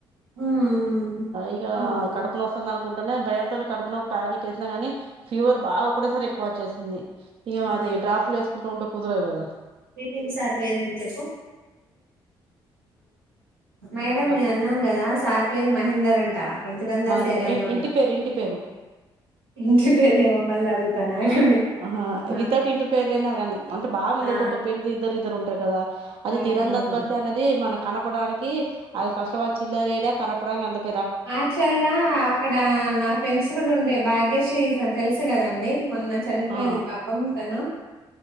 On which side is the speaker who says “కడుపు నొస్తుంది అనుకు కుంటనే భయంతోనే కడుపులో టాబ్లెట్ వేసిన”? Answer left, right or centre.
Right